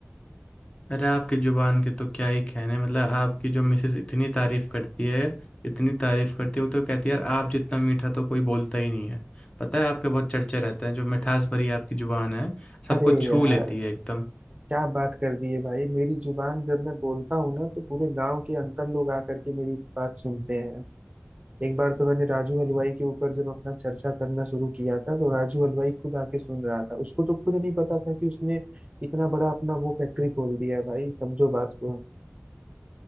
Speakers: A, on the left; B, on the right.
A: अरे आपकी जुबान के तो क्या ही कहने मतलब आपकी जो मिसेज इतनी तारीफ करती है इतनी तारीफ करती है वो तो कहती है यार आप जितना मीठा तो कोई बोलता ही नहीं है पता है आपके बहुत चर्चे रहते हैं जो मिठास भरी आपकी जुबान है सबको
B: अरे
A: छू
B: यार
A: लेती है एकदम
B: क्या बात कर दी है भाई मेरी जुबान जब मैं बोलता हूँ ना तो पूरे गांव के अंकल लोग आकर के मेरी बात सुनते हैं एक बार तो मैंने राजू हलवाई के ऊपर जब अपना चर्चा करना शुरू किया था तो राजू हलवाई खुद आके सुन रहा था उसको तो खुद नहीं पता था कि उसने इतना बड़ा अपना वो फैक्ट्री खोल दिया है भाई समझो बात को